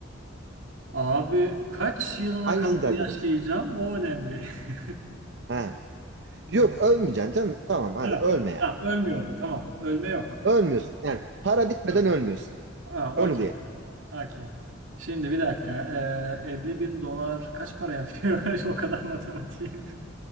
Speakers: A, on the right; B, on the right.
A: Abi kaç yılına
B: Hangisini
A: kadar
B: tercih
A: yaşayacağım?
B: edersin?
A: O önemli. <laughs>
B: Ha.
A: Hı.
B: Yok ölmeyeceksin canım. Tamam hadi
A: Ha,
B: ölme yani.
A: Tamam, ölmüyorum. Tamam, ölme yok.
B: Ölmüyorsun yani para bitmeden
A: Hı.
B: ölmüyorsun.
A: Ha,
B: Onu
A: okey.
B: diyelim.
A: Okey. Şimdi bir dakika. Ee, 50 bin dolar kaç para yapıyor? <laughs> O kadar matematiğim.